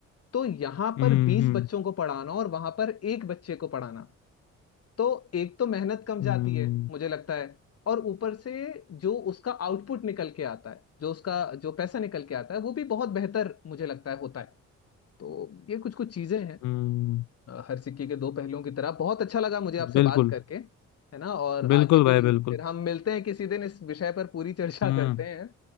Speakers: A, on the left (about 55°); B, on the left (about 70°).
A: तो यहाँ
B: हम्म
A: पर बीस बच्चों को पढ़ाना और वहां पर एक बच्चे को पढ़ाना तो एक तो मेहनत कम जाती
B: हम्म
A: है मुझे लगता है और ऊपर से जो उसका आउटपुट निकल के आता है जो उसका जो पैसा निकल के आता है वो भी बहुत बेहतर मुझे लगता है होता है तो ये कुछ कुछ चीजें हैं
B: हम्म,
A: अ, हर सिक्के के दो पहलुओं की तरह बहुत अच्छा लगा मुझे आपसे
B: बिल्कुल
A: बात करके है ना और
B: बिल्कुल
A: आगे
B: भाई
A: भी
B: बिल्कुल
A: फिर हम मिलते हैं किसी दिन इस विषय पर पूरी चर्चा
B: हम्म
A: करते हैं